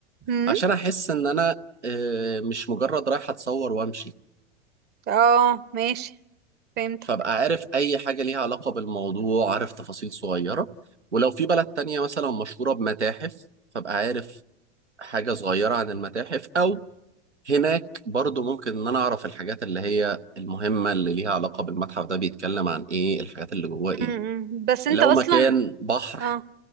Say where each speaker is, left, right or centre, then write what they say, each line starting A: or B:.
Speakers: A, on the right; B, on the right.
A: امم
B: عشان احس ان انا آه، مش مجرد رايح اتصور وامشي
A: اه ماشي فهمتك
B: فابقى عارف اي حاجه ليها علاقه بالموضوع عارف تفاصيل صغيره ولو في بلد تانية مثلا مشهوره بمتاحف فابقى عارف حاجه صغيره عن المتاحف او هناك برضو ممكن ان انا اعرف الحاجات اللي هي المهمة اللي ليها علاقة بالمتحف ده بيتكلم عن ايه الحاجات اللي جواه ايه
A: امم بس انت
B: لو
A: اصلا
B: مكان بحر
A: اه